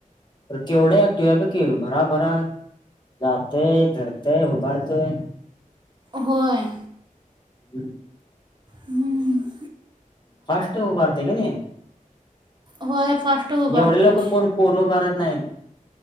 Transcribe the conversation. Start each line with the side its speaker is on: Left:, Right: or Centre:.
Left: तर केवढे ऍक्टिव आहे प क भराभरा जातय धरतेय उभारतेय.
Right: होय.
Left: हम्.
Right: हम्.
Left: फस्ट उभारते का नाही.
Right: होय फास्ट उभारतोस
Left: एवढे लवकर‌ कोण पोर उभारत. नाहीईत.